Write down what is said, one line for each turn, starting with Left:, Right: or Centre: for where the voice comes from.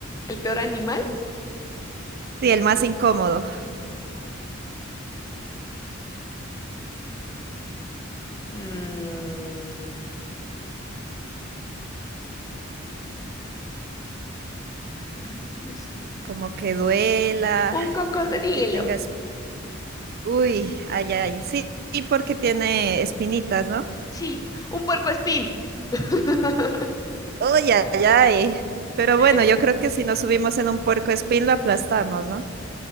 Left: ¿El peor animal?
Right: Sí, el más incómodo,
Left: Mm, las aves con-
Right: como que duela,
Left: Un cocodrilo.
Right: como que tengas... Uy, ay, ay, sí, y porque tiene espinitas, ¿no?
Left: Sí, un puercoespín. <laughs>
Right: Uy, ay, ay. Pero
Left: Eh,
Right: bueno,
Left: eh,
Right: yo creo que si nos subimos en un puerco espín lo aplastamos, ¿no?